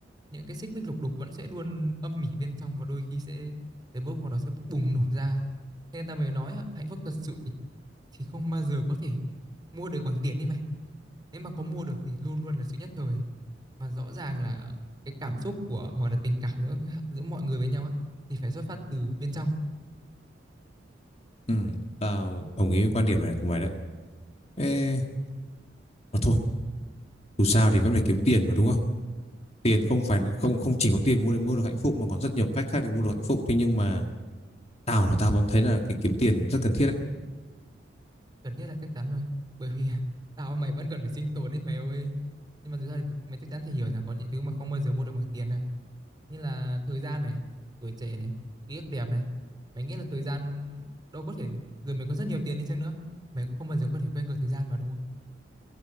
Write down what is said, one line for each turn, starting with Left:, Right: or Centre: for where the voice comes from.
Right: những cái xích mích lục đục vẫn sẽ luôn âm mỉ bên trong và đôi khi sẽ tới mức mà nó sẽ bùng nổ ra thế nên ta mới nói hạnh phúc thật sự thì thì không bao giờ có thể mua được bằng tiền đi mày nếu mà có mua được thì luôn luôn là sự nhất thời và rõ ràng là cái cảm xúc của hoặc là tình cảm giữa giữa mọi người với nhau á thì phải xuất phát từ bên trong
Left: ừ tao đồng ý với quan điểm này của mày đấy Ê, Mà thôi, dù sao thì vẫn phải kiếm tiền mà đúng không? Tiền không phải là không không chỉ có tiền mua để mua được hạnh phúc mà còn rất nhiều cách khác để mua được hạnh phúc. Thế nhưng mà tao là tao vẫn thấy là cái kiếm tiền rất cần thiết đấy.
Right: cần thiết là chắc chắn rồi bởi vì <laughs> tao mày vẫn cần phải sinh tồn đấy mày ơi nhưng mà thực ra thì mày chắc chắn phải hiểu là có những thứ mà không bao giờ mua được bằng tiền à như là thời gian này tuổi trẻ này ký ức đẹp này mày nghĩ là thời gian đâu có thể rồi mày có rất nhiều tiền đi chăng nữa mày không bao giờ có thể quên được thời gian mà đúng không